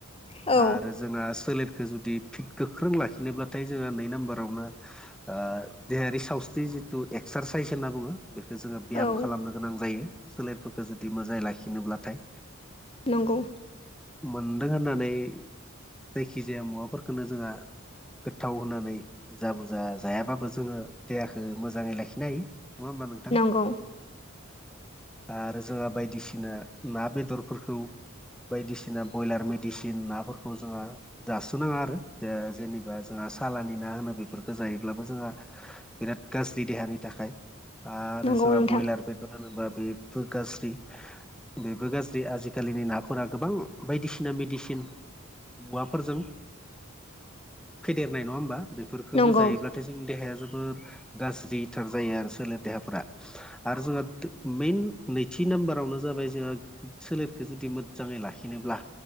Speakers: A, on the left (about 25°); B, in the centre.
A: औ
B: आरो जोंहा सोलेरखौ जुदि फिट गोख्रों लाखिनोब्लाथाय जोंहा नै नाम्बारावनो देहायारि सावथ्रि जिथु एक्सारसाइस होनना बुङो बेखौ जोङो ब्याम
A: औ
B: खालामनो गोनां जायो सोलेरफोरखौ जुदि मोजाङै लाखिनोब्लाथाय
A: नंगौ
B: मोनदों होननानै जायखिजाया मुवाफोरखौनो जोंहा गोथाव होनानै बुरजा बुरजा जायाब्लाो जोङो देहाखौ मोजाङै लाखिनो हायो नङा होमबा नोंथां
A: नंगौ
B: औ आरो जोंहा बायदिसिना ना बेदर बेदरफोरखौ बायदिसिना ब्रयलार मेडिसिन नाफोरखौ जोंहा जासोनाङा आरो जेनेबा जोंहा सालानि ना होनो बेफोरखौ जायोब्लाबो जोंहा बिराद गाज्रि देहानि थाखाय आरो
A: नंगौ
B: जोंहा
A: नोंथां
B: ब्रयलार बेदर होनोबा बेबो गाज्रि बेबो गाज्रि जों आजिखालिनि नाफोरा गोबां बायदिसिना मेडिसिन मुवाफोरजों फेदेरनाय नङा होमबा बेफोरखौबो
A: नंगौ
B: जायोब्ला नाथाय जोंनि देहाया जोबोर गाज्रिथार जायो आरो सोलेर देहाफोरा आरो जोंहा मेन नैथि नाम्बारावनो जाबाय जोंहा सोलेरखौ जुदि मोजाङै लाखिनोब्ला